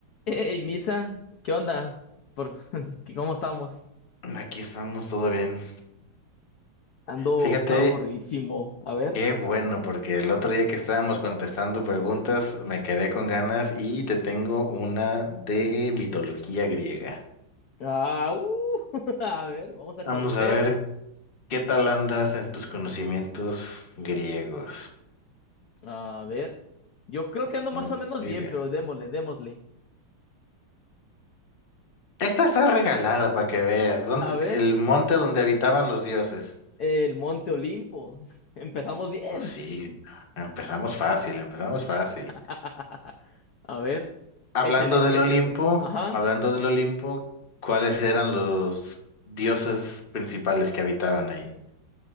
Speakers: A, on the left; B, on the left.
A: Hey, Misa, ¿qué onda? Por... <laughs> ¿qué- ¿Cómo estamos?
B: Aquí estamos, todo bien.
A: Ando
B: Fíjate,
A: aburridísimo. A ver.
B: qué bueno, porque el otro día que estábamos contestando preguntas me quedé con ganas y te tengo una de mitología griega.
A: Ah, uh, <laughs> a ver, vamos a
B: Vamos
A: conocer.
B: a ver qué tal andas en tus conocimientos griegos.
A: A ver. Yo creo que ando
B: Muy
A: más o menos
B: muy
A: bien,
B: bien.
A: pero démosle, démosle.
B: Esta está regalada para que veas. ¿Dónde-
A: A ver,
B: el monte donde habitaban los dioses.
A: el Monte Olimpo. <laughs> Empezamos bien.
B: Pues sí, empezamos fácil, empezamos fácil.
A: <laughs> A ver,
B: Hablando
A: échale,
B: del
A: échale.
B: Olimpo,
A: Ajá.
B: hablando del Olimpo, ¿cuáles eran los dioses principales que habitaban ahí?